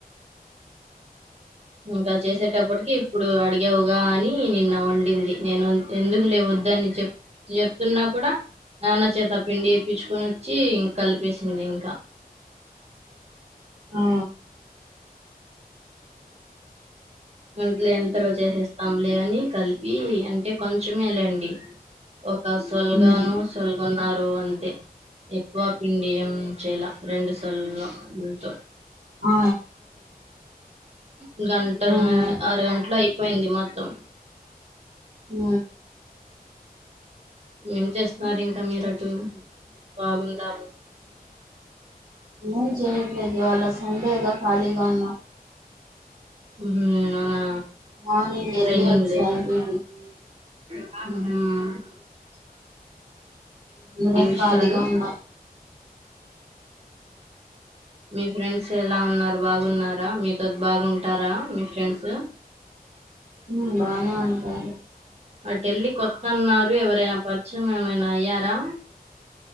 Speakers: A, on the right; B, on the right.
A: ఇంకా చేసేటప్పటికి ఇప్పుడు అడిగావుగా అని నిన్న వండిందినేను ఎందుకు లే వద్దని చెప్ చెప్తున్నా కూడా నాన్న చేత పిండి తెప్పించుకొని వచ్చి ఇం కలిపేసింది ఇంకా
B: ఆ
A: ఇంట్లో ఎంతలో చేసేస్తాంలే అని కలిపి అంటే కొంచమే లేండి ఒక సొల్గాను
B: మ్మ్
A: సొల్గను ఆరు అంతే వా పిండి అంచెల రెండు సళ్ళో ఉంట
B: ఆ
A: ఇంకా
B: మ్మ్
A: ల ఆరు గంటయిపో పోయింది మొత్తం
B: ఉ
A: ఏం చేస్తున్నారు ఇంకా మీరు అటు బాగుందా
B: ఏం చేయట్లేదు ఇవాళ సండేగా ఖాళీగా ఉన్నా
A: ఉ అవునా
B: మార్నింగ్ ఎళ్ళి
A: ట్రైనింగ్
B: వచ్చను డ్యూటీకి
A: ఉ
B: ఇంధన
A: విషయాలు
B: ఖాళీగా ఉందా
A: మీ ఫ్రెండ్స్ ఎలా ఉన్నారు బాగున్నారా, మీతో బాగుంటారా మీ ఫ్రెండ్స్
B: ఉ బానా ఉంటారు
A: ఆ ఢిల్లీ కొత్తన్నారు ఎవరైనా పరిచయం ఏమైనా అయ్యారా